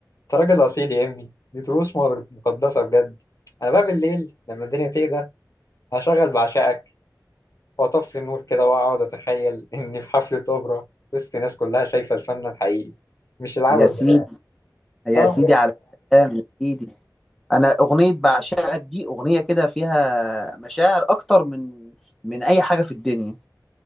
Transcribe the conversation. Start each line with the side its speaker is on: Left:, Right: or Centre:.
Left: راجل اصيل يا ابني دي طقوس مقدسة بجد انا بقى بالليل لما الدنيا تهدى هشغل بعشقك واطفي النور كده واقعد اتخيل اني في حفلة اوبرا وسط ناس كلها شايفة الفن الحقيقي مش العبث
Centre: يا سيدي
Left: ده
Centre: يا
Left: اه
Centre: سيدي على الكلام يا سيدي انا اغنيه بعشقك دي اغنيه كده فيها مشاعر اكتر من من اي حاجه في الدنيا